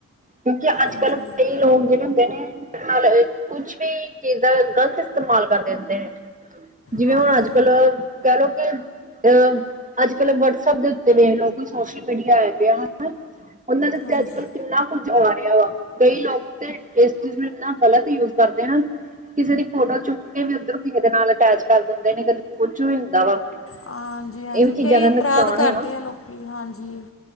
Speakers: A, on the right; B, on the left.
A: ਕਿਉਂਕਿ ਅੱਜ-ਕੱਲ
B: ਹਾਂਜੀ
A: ਕਈ
B: ਹਾਂਜੀ
A: ਲੋਕ ਜੇੜੇ ਹੁੰਦੇ ਨੇ ਨਾਲ ਕੁਛ ਵੀ ਚੀਜ਼ ਦਾ ਗਲਤ ਇਸਤੇਮਾਲ ਕਰ ਦਿੰਦੇ ਨੇ। ਜਿਵੇਂ
B: ਹਾਂਜੀ
A: ਹੁਣ ਅੱਜ-ਕੱਲ ਕੈ ਲੋ ਕਿ ਅ ਅੱਜ-ਕਲ ਵਟਸਐਪ ਦੇ ਉੱਤੇ ਵੇਖ ਲੋ ਕੋਈ ਸੋਸ਼ਲ ਮੀਡੀਆ ਆਯਾ ਪੇਯਾ ਹਨਾ। ਔਨਾਂ ਦੇ ਓਤੇ
B: ਹਾਂਜੀ
A: ਅੱਜ-ਕੱਲ ਕਿੰਨਾ ਕੁ ਆ ਰੇਆ ਵਾ ਕਈ ਲੋਕ ਤੇ ਏਸ ਚੀਜ਼ ਨੂੰ ਇੰਨਾ ਗ਼ਲਤ ਯੂਜ਼ ਕਰਦੇ ਨਾ ਕਿਸੇ ਦੀ ਫੋਟੋ ਚੁੱਕ ਕੇ ਵੀ ਉਧਰ ਕਿਸੇ ਦੇ ਨਾਲ ਅਟੈਚ ਕਰ ਦਿੰਦੇ ਨੇ ਕਦੇ ਕੁਛ ਵੀ ਹੁੰਦਾ ਵਾ।
B: ਹਾਂਜੀ-ਹਾਂਜੀ,
A: ਇਹ ਵੀ ਚੀਜ਼ਾਂ
B: ਕਈ
A: ਦਾ
B: ਅਪਰਾਧ
A: ਨੁਕਸਾਨ
B: ਕਰਦੇ
A: ਹੈ ਨਾ
B: ਆ ਲੋਕੀ ਹਾਂਜੀ।